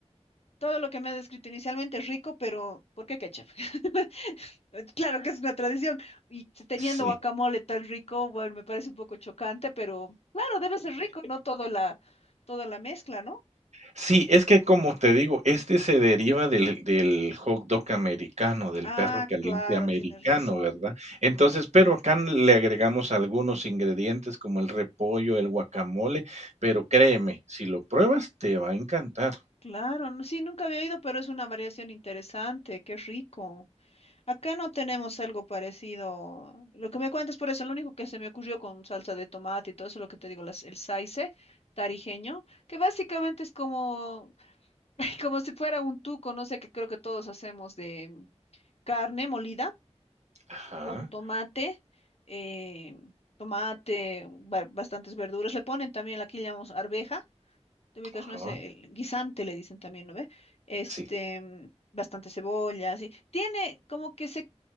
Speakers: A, on the left; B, on the right.
A: Todo lo que me has descrito inicialmente es rico, pero ¿por qué ketchup? <laughs> Claro que es una tradición. Y teniendo
B: Sí,
A: guacamole tan rico, bueno, me parece un poco chocante, pero claro, debe ser rico, no toda la, toda la mezcla, ¿no?
B: sí, es que como te digo, este se deriva del del hot dog americano, del
A: Ah,
B: perro caliente
A: claro,
B: americano,
A: tienes razón.
B: ¿verdad? Entonces, pero acá le agregamos algunos ingredientes como el repollo, el guacamole, pero créeme, si lo pruebas te va a encantar.
A: Claro, no- sí, nunca había oído, pero es una variación interesante, qué rico. Acá no tenemos algo parecido. Lo que me cuentas por eso, lo único que se me ocurrió con salsa de tomate y todo eso, lo que te digo, las- el saice tarijeño, que básicamente es como <laughs> Ay, Como si fuera un tuco, no sé, que creo que todos hacemos de carne molida
B: Ajá,
A: con tomate, eh, tomate, ba- bastantes verduras. Le ponen también, aquí le llamamos arveja, te ubicas,
B: ajá,
A: no es el guisante, le dicen también, ¿no ve? Este,
B: sí,
A: mm, bastante cebolla, así. Tiene como que se